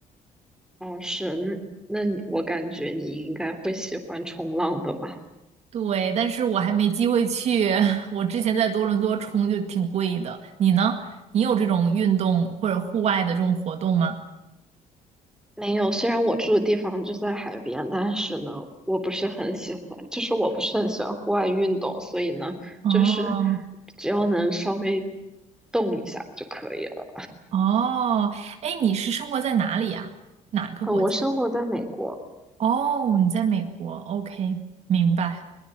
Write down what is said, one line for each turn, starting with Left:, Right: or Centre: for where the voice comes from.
Centre: 哦，是，那那你，我感觉你应该会喜欢冲浪的吧？
Right: 对，但是我还没机会去。<laughs> 我之前在多伦多冲就挺贵的。你呢？你有这种运动或者户外的这种活动吗？
Centre: 没有，虽然我住的地方就在海边，但是呢，我不是很喜欢，就是我不是很喜欢户外运动，所以呢，
Right: 哦
Centre: 就是只要能稍微动一下就可以了。
Right: 哦，哎，你是生活在哪里呀？哪个国家？
Centre: 呃，我生活在美国，
Right: 哦，你在美国，OK，明白。